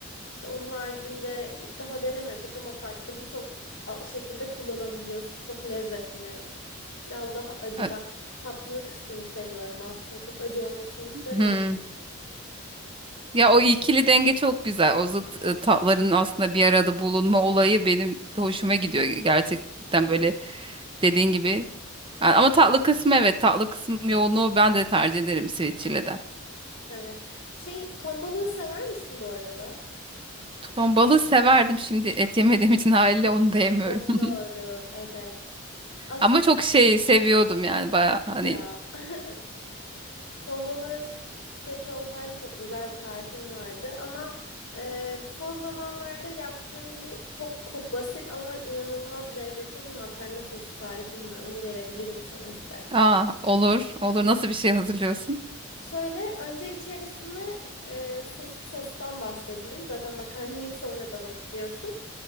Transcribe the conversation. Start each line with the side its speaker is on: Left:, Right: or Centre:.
Left: İşte onun haricinde daha denemedik ama farklı birçok a- şekilde kullanabiliyorsun. Çok lezzetli. Biraz daha acı.
Right: Ö-
Left: Ben tatlı kısmını seviyorum aslında. Çok acı olmasını istemiyorum.
Right: Hmm. Ya o ikili denge çok güzel. O zıt e, tatların aslında bir arada bulunma olayı benim de hoşuma gidiyor gerçekten böyle dediğin gibi. Yani Ama tatlı kısmı evet tatlı kısmı yoğunluğu ben de tercih ederim switch ile de.
Left: Evet. Şey, ton balığı sever misin bu arada?
Right: Ton balığı severdim şimdi et yemediğim için haliyle onu da yemiyorum.
Left: Çok doğru.
Right: <laughs>
Left: Evet. Aslında
Right: Ama çok şey seviyordum yani baya hani
Left: ya. <laughs> Ton balığı tüketiyor olsaydın çok güzel bir tarifim vardı. Ama e, son zamanlarda yaptığım bir çok ko- basit ama inanılmaz lezzetli bir makarna sosu tarifim var. Onu verebilirim sana istersen.
Right: Aa, olur. Olur. Nasıl bir şey hazırlıyorsun?
Left: Şöyle önce içerisine e, sos, sostan bahsedeyim. Zaten makarnayı <laughs> sonradan ekliyorsun.